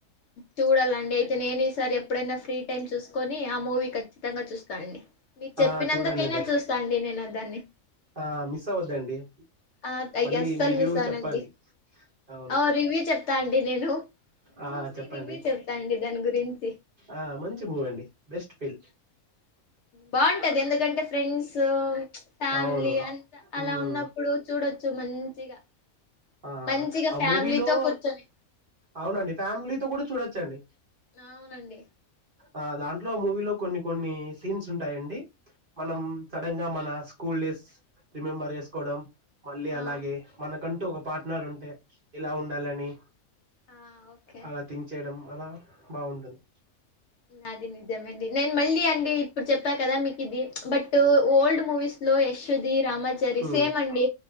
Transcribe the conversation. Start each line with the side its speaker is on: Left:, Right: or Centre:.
Left: చూడాలండి అయితే యితే నేను ఈసారి ఎప్పుడైనా ఫ్రీ టైమ్ చూసుకొని ఆ మూవీకిచ్చ గా చూ డి మీకు చెప్పినందుకైనా
Right: ఆ చూడండి అండి
Left: చూస్తా అండి నేను దాన్ని
Right: ఆ మిస్ అవద్దండి
Left: ఆ అయ్య
Right: మళ్ళీ
Left: అస్సలు
Right: మీరు
Left: మిస్ అవనండి
Right: చెప్పాలి అవును
Left: ఆ రివ్యూ చెప్తా అండి నేను
Right: ఆ
Left: చూసి
Right: చెప్పండి
Left: రివ్యూ చెప్తా అండి దాని గురించి
Right: ఆ మంచి మూవ్ అండి బెస్ట్ ఫీల్
Left: బాగుంటుది ఎందుకంటే ఫ్రెండ్స్ ఫ్యామిలీ
Right: అవును
Left: అంత అలా
Right: ఉమ్,
Left: ఉన్న ఇప్పుడు చూడొచ్చు మంచిగా
Right: ఆ
Left: మంచిగా
Right: ఆ
Left: ఫ్యామిలీతో
Right: మూవీలో
Left: కూర్చొని
Right: అవునండి ఫ్యామిలీతో కూడా చూడచ్చు వచ్చండి
Left: అవునండి
Right: ఆ దాంట్లో మూవీలో కొన్ని కొన్ని సీన్స్ ఉంటాయండి మనం సడన్ గా మన స్కూల్ డేస్ రిమెంబర్ చేసుకోవడం మళ్ళీ
Left: ఆ
Right: అలాగే మనకు కంటూ ఒక పార్ట్నర్ ఉంటే ఇలా ఉండాలని
Left: ఆ ఓకే
Right: అలా థింక్ చేయడం అల బాగుంటుంది
Left: నాది నిజమ అండి నేన్ మళ్ళీ అండి ఇప్పుడు చెప్ ప్ప కదా మీకు ఇది బట్ ఓల్డ్ మూవీస్ లో యశోది రామాచారి
Right: హ్మ్.
Left: సేమ్ అండి